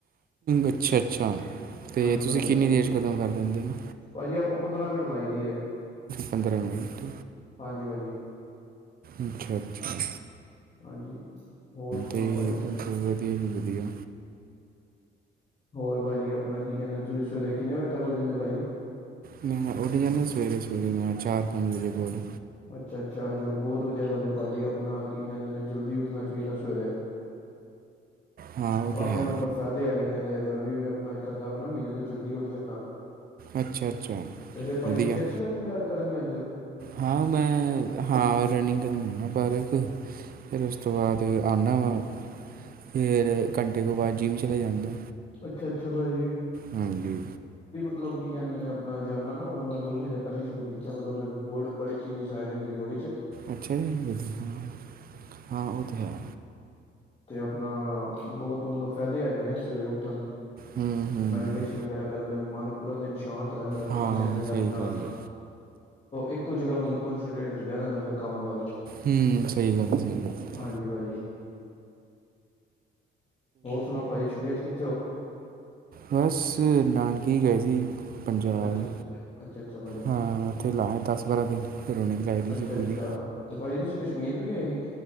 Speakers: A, on the right; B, on the left.
A: ਅੱਛਾ ਅੱਛਾ ਤੇ
B: ਹਾਂਜੀ ਭਾਜੀ
A: ਤੁਸੀਂ ਕਿੰਨੀ ਦੇਰ 'ਚ ਖਤਮ ਕਰ ਦਿੰਦੇ ਹੋ।
B: ਭਾਜੀ ਆਪਾਂ ਪੰਦਰਾਂ ਮਿੰਟ ਲਾਈ ਦੀ ਹੈ।
A: ਪੰਦਰਾਂ ਮਿੰਟ
B: ਹਾਂਜੀ ਭਾਜੀ
A: ਅੱਛਾ ਅੱਛਾ
B: ਹਾਂਜੀ ਹੋਰ ਸੁਣਾਓ
A: ਤੇ
B: ਭਾਜੀ
A: ਵਧੀਆ ਜੀ ਵਧੀਆ
B: ਹੋਰ ਭਾਜੀ ਆਪਣਾ ਕੀ ਕਹਿੰਦੇ ਤੁਸੀਂ ਸਵੇਰੇ ਕਿੰਨੇ ਵਜੇ ਤੱਕ ਉੱਠ ਜਾਂਦੇ ਹੋ ਭਾਜੀ
A: ਮੈਂ ਉਡੇ ਜਾਂਦਾ ਸਵੇਰੇ ਸਵੇਰੇ ਮੈਂ ਚਾਰ ਪੰਜ ਵਜੇ ਬਡ
B: ਅੱਛਾ ਅੱਛਾ ਜੋ ਬਹੁਤ ਵਧੀਆ ਗੱਲ ਹੈ ਭਾਜੀ ਆਪਣਾ ਕੀ ਕਹਿੰਦੇ ਨੇ ਜਲਦੀ ਉੱਠਣਾ ਚਾਹੀਦਾ ਸਵੇਰੇ <inaudible>
A: ਹਾਂ ਉਹ
B: ਕਾਫੀ
A: ਤਾਂ ਹੈ
B: ਮਤਲਬ ਫਾਇਦੇ ਹੈਗੇ ਨੇਦੇ ਮੈਂ ਵੀ ਆਪਣਾ ਕਰਦਾ ਪਿਆ ਮਹੀਨੇ ਤੋਂ ਜਲਦੀ ਉੱਠ ਜਾਂਦਾ।
A: ਅੱਛਾ ਅੱਛਾ
B: ਤੇ ਫੇਰ ਭਾਜੀ
A: ਵਧੀਆ
B: ਤੁਸੀਂ ਐਕਸਰਸਾਈਜ਼ ਵਗੈਰਾ ਕਰਨ ਜਾ।
A: ਹਾਂ ਮੈਂ ਹਾਂ ਰਨਿੰਗ ਕਰਨ ਜਾਂਦਾ ਪਾਰਕ। ਫਿਰ ਉਸ ਤੋਂ ਬਾਅਦ ਅਨਾ ਵਾ ਫਿਰ ਘੰਟੇ ਤੋਂ ਬਾਅਦ ਜਿੰਮ ਚਲਾ ਜਾਂਦਾ।
B: ਅੱਛਾ ਅੱਛਾ ਪਾਜੀ।
A: ਹਾਂਜੀ
B: ਮਤਲਬ ਕੀ ਕਹਿੰਦੇ ਨੇ ਆਪਣਾ ਜਾਨਾ ਨਾ ਹੁਣ ਮੈਂ ਦੋ ਮਹੀਨੇ ਪਹਿਲਾਂ ਹੀ ਸ਼ੁਰੂ ਕੀਤਾ ਮਤਲਬ ਮੈਨੂੰ ਬੋਰਡ ਬੜੇ ਚੰਗੇ ਆਏ ਨੇ ਮੇਰੀ ਬੌਡੀ
A: ਅੱਛਾ ਜੀ ਵਧੀ ਹਾਂ ਹਾਂ ਉਹ ਤਾਂ ਹੈ
B: ਤੇ ਆਪਣਾ ਬਹੁਤ ਮਤਲਬ ਫਾਇਦੇ ਹੈਗੇ ਨੇ ਉ
A: ਹੂੰ ਹੂੰ
B: ਮੈਡੀਟੇਸ਼ਨ ਵਗੈਰਾ ਕਰਨ ਦੇ ਮਨ ਪੂਰਾ ਦਿਨ ਚ। ਸ਼ਾਂਤ ਰਹਿੰਦਾ ਤੇ
A: ਹਾਂ
B: ਕੀ ਕਹਿੰਦੇ ਨੇ ਆਪਣਾ
A: ਸਹੀ ਗੱਲ ਹੈ
B: ਇੱਕ ਕੁਝ ਜਗ੍ਹਾ ਮਤਲਬ ਕੋਂਸਨਟਰੇਟਟਰ ਕਹਿ ਰਿੰਦਾ ਫਿਰ ਕੰਮ ਵੱਲ
A: ਹੂ ਸਹੀ ਗੱਲ ਸਹੀ ਗੱਲ
B: ਹਾਂਜੀ ਭਾਜੀ ਹੋਰ ਸੁਣਾਓ ਭਾਜੀ ਛੁੱਟੀਆਂ ਚ ਕਿੱ
A: ਬਸ ਨਾਨਕੇ ਗਏ ਸੀ ਪੰਜਾਬ
B: ਅੱਛਾ ਅੱਛਾ ਅੱਛਾ ਅੱਛਾ ਭਾਜੀ
A: ਹਾਂ ਉੱਥੇ ਲਾ ਦਸ ਬਾਰਾਂ ਦਿਨ ਫਿਰ ਰੌਣਕ ਚਾਹੀਦੀ
B: ਅੱਛਾ
A: ਸੀ ਪੂਰੀ
B: ਅੱਛਾ ਤੇ ਭਾਜੀ ਤੁਸੀਂ ਕਸ਼ਮੀਰ ਵੀ ਗਏ ਸੀ